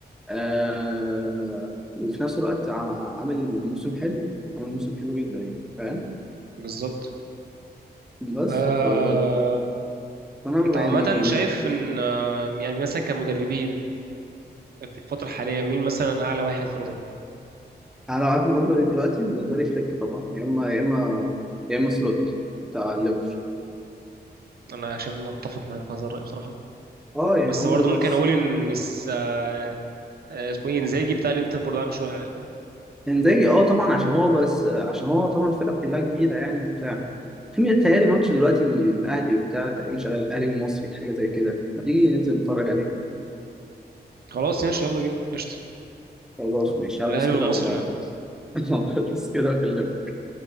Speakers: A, in the centre; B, on the right.
A: آه وفي نفس الوقت ع- عامل موسم حلو عامل موسم حلو جدا يعني فاهم
B: بالظبط
A: بس
B: آه...
A: فب... فانا
B: انت عامة
A: يعني
B: شايف ان آه... يعني مثلا كمدربين في الفترة الحالية مين مثلا أعلى واحد في نظرك؟
A: انا لو عارف ان اوبري دلوقتي بالنسبه لي فليك طبعا يا اما يا اما يا اما سلوت بتاع ليفر
B: أنا شايف إن أتفق معاك في هذا الرأي بصراحة
A: اه يعني
B: بس
A: هم
B: برضه
A: دلوقتي
B: ممكن أقول إن س- آه، آه، اسمه إيه إنزاجي بتاع الإنتر برضه عامل شغل
A: انزاجي اه طبعا عشان هو بس عشان هو طبعا الفرقه كلها كبيره يعني وبتاع في مين- تهيألي ماتش دلوقتي الاهلي وبتاع تقريبا شغال الاهلي المصري حاجه زي كده ما تيجي ننزل نتفرج عليه
B: خلاص ياش يلا بينا قشطة
A: خلاص
B: آه.
A: ماشي هلبس
B: الأهلي
A: كده
B: والمصري
A: واكلمك
B: اه
A: <laughs> هلبس كده واكلمك